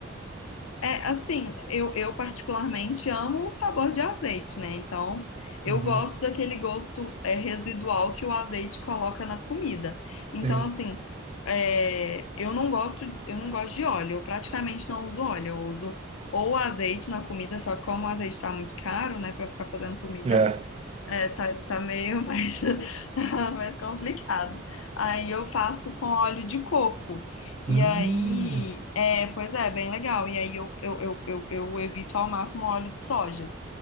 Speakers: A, on the left; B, on the right.
A: É, assim, eu, eu particularmente amo o sabor de azeite, né? Então, eu
B: Uhum,
A: gosto daquele gosto é, residual que o azeite coloca na comida. Então,
B: sim.
A: assim, é, eu não gosto, eu não gosto de óleo. Eu praticamente não uso óleo. Eu uso ou azeite na comida, só que como o azeite tá muito caro, né, Pra ficar fazendo comida.
B: É,
A: É, tá, tá meio mais, <laughs> mais complicado. Aí eu faço com óleo de coco.
B: Hum,
A: E aí, é, pois é, bem legal. E aí eu, eu, eu, eu, eu evito ao máximo óleo de soja.